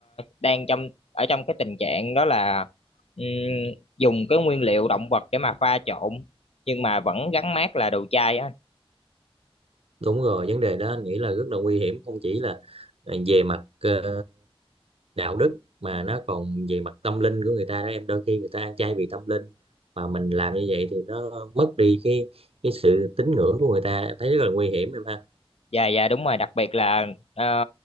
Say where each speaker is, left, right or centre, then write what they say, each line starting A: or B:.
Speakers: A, on the left; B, on the right.
A: đang trong ở trong cái tình trạng đó là ừm, dùng cái nguyên liệu động vật để mà pha trộn nhưng mà vẫn gắn mác là đồ chai á
B: Đúng rồi, vấn đề đó anh nghĩ là rất là nguy hiểm không chỉ là ờ, về mặt ờ, đạo đức mà nó còn về mặt tâm linh của người ta đó em đôi khi người ta ăn chay vì tâm linh mà mình làm như vậy thì nó mất đi cái cái sự tín ngưỡng của người ta em thấy rất là nguy hiểm em ha
A: dạ dạ đúng rồi đặc biệt là ờ,